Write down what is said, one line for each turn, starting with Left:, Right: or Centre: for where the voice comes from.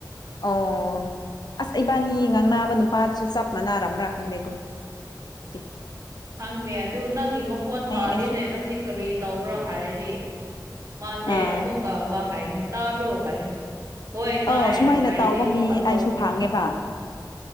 Left: ꯑꯧ ꯑꯁ ꯏꯕꯥꯅꯤ ꯉꯥꯡꯅꯕ ꯅꯨꯄꯥꯗꯨꯁꯨ ꯆꯞ ꯃꯥꯟꯅꯔꯕ꯭ꯔꯥ ꯈꯪꯗꯦ ꯑꯗꯨꯝ ꯇꯦ
Right: ꯍꯥꯡꯉꯦꯅꯦ ꯑꯗꯨ ꯅꯪꯒꯤ ꯃꯈꯣꯟ ꯇꯥꯗꯦꯅꯦ
Left: ꯑꯩꯁꯨ
Right: ꯅꯪꯗꯤ ꯀꯔꯤ ꯇꯧꯕ꯭ꯔꯥ ꯍꯥꯏꯔꯗꯤ ꯃꯥꯁꯦ
Left: ꯑꯥ
Right: ꯑꯃꯨꯛꯀ ꯋꯥ ꯍꯥꯏꯒꯅꯤ ꯇꯥꯕ꯭ꯔꯣ ꯍꯥꯏꯔꯅꯤ ꯍꯣꯏ ꯇꯥꯏꯌꯦ
Left: ꯑꯧ ꯁꯨꯃꯥꯏꯅ
Right: ꯍꯥꯏꯔꯗꯤ
Left: ꯇꯧꯕ
Right: ꯑꯃꯨꯛꯀ
Left: ꯃꯤ
Right: ꯇꯧꯔꯅꯤ
Left: ꯑꯩꯁꯨ ꯐꯪꯉꯦꯕ